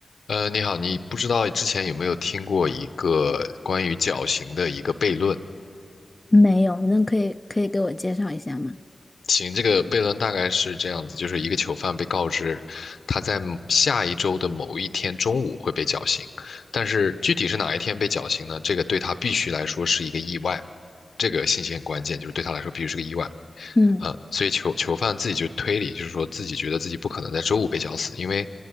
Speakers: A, on the left; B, on the left.
A: 呃，你好，你不知道之前有没有听过一个关于绞刑的一个悖论？
B: 没有，你能可以可以给我介绍一下吗？
A: 行，这个悖论大概是这样子，就是一个囚犯被告知他在某下一周的某一天中午会被绞刑，但是具体是哪一天被绞刑呢？这个对他必须来说是一个意外，这个信息很关键，就是对他来说必须是个意外。
B: 嗯
A: 呃，所以囚囚犯自己就推理，就是说自己觉得自己不可能在周五被绞死，因为